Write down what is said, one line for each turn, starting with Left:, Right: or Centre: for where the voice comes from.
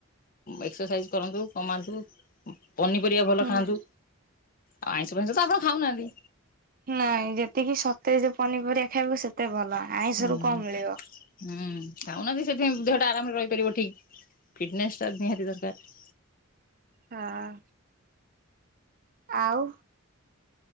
Left: ଏକ୍ସରସାଇଜ କରନ୍ତୁ କମାନ୍ତୁ। ପନିପରିବା ଭଲ
Right: ହୁଁ
Left: ଖାଆନ୍ତୁ। ଆଉ ଆଇଁଷ ଫାଇଁଷ ତ ଆପଣ ଖାଉନାହାନ୍ତି।
Right: ନାଇଁ ଯେତିକି ସତେ ଯେ ପନିପରିବା ଖାଇବୁ ସେତେ ଭଲ। ଆଇଁଷରୁ
Left: ହୁଁ
Right: କଣ ମିଳିବ।
Left: ହୁଁ ଆ ବି ସେଥିପାଇଁ ଦେହଟା ଆରାମରେ ରହିପାରିବ ଠିକ ଫିଟନେସ୍ ଟା ନିହାତି ଦରକାର
Right: ହଁ ଆଉ।